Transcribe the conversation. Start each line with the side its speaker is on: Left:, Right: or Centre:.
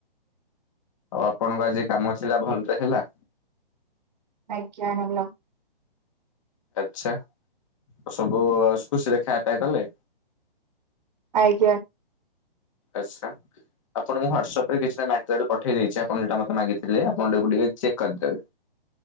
Left: ଆଉ ଆପଣଙ୍କ ଆଜି କାମ ଥିଲା ଭଲରେ ହେଲା?
Right: ଆଜ୍ଞା ହେଲା।
Left: ଆଚ୍ଛା ଆଉ ସବୁ ଆଉ ଖୁସିରେ ଖାଇଆ ପିଇବା କଲେ?
Right: ଆଜ୍ଞା।
Left: ଆଚ୍ଛା। ଆପଣଙ୍କୁ ହ୍ୱାଟସପ ରେ କିଛିଟା ମାଟେରିଲ୍ ପଠେଇ ଦେଇଚି ଆପଣ ଯାଉଟା ମତେ ମାଗିଥିଲେ। ଆପଣ ତାକୁ ଟିକେ ଚେକ୍ କରିଦେବେ।